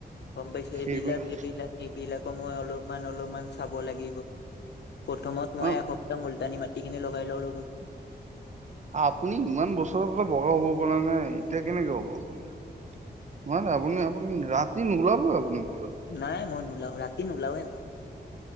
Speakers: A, on the left; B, on the right.
A: গ'ম পাইছো
B: সেইবিলাক
A: এইবিলাক এইবিলাক। এইবিলাকো মই অলপমান অলপমান চাব লাগিব। প্ৰথমত মই
B: অ
A: এসপ্তাহ মুলতানি মাটিখিনি লগাই লওঁ ৰ'ব।
B: আপুনি ইমান বছৰৰ পৰা বগা হ'ব পৰা নাই, এতিয়া কেনেকে হ'ব। ইমান আপুনি আপুনি ৰাতি নোলাবই আপুনি ভুলতো।
A: নাই মই নোলাও ৰাতি নোলাওৱে মই।